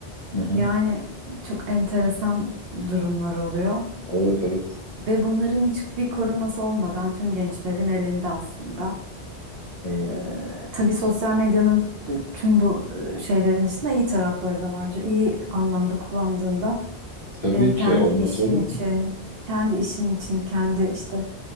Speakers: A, on the left; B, on the right.
A: Hı hı.
B: Yani çok enteresan durumlar oluyor.
A: Evet evet.
B: Ve bunların hiçbir koruması olmadan tüm gençlerin elinde aslında.
A: Evet.
B: Ee, tabii sosyal medyanın t- tüm bu e, şeylerin dışında iyi tarafları da vardır. İyi anlamda kullandığında
A: Tabii
B: e, kendi
A: ki olmaz
B: işin
A: olur
B: için,
A: mu?
B: kendi işin için, kendi işte